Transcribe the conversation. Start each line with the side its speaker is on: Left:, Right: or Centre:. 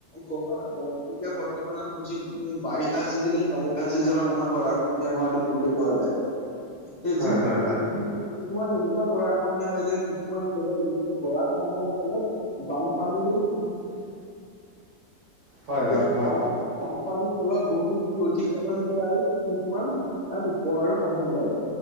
Left: গৰা গৰা এতিয়া বৰ্তমান আমি যি উ বাৰিষা চিজনেই বাৰিষা চিজনত আমাৰ গৰা এনে হোৱা দেখিবলৈ পোৱা যায় এই যি <unintelligible>
Right: হয় হয়
Left: কিছুমান এনেকুৱা গৰাখহনীয়া হয় যে, কিছুমান জেগাত এনেকুৱা গৰা খহনীয়াৰ ফলত বানপানীৰ দিন।
Right: হয় হয়
Left: এই বান বানপানীৰ ফলত বহুতো ক্ষতিসাধন কৰে আৰু কিছুমান, তাৰ উপকাৰো সাধন কৰে।